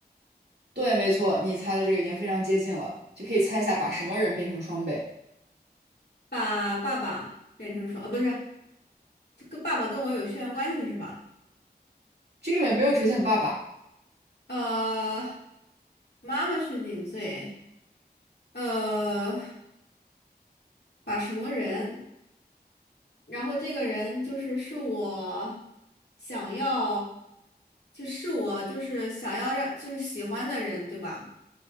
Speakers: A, on the right (about 80°); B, on the left (about 80°).
A: 对，没错，你猜的这个已经非常接近了，就可以猜一下把什么人变成双倍。
B: 把爸爸变成双，呃，不是，这个爸爸跟我有血缘关系是吧？
A: 这个里面没有出现爸爸。
B: 呃，妈妈去顶罪，呃，把什么人？然后这个人就是是我想要，就是我就是想要让就是喜欢的人，对吧？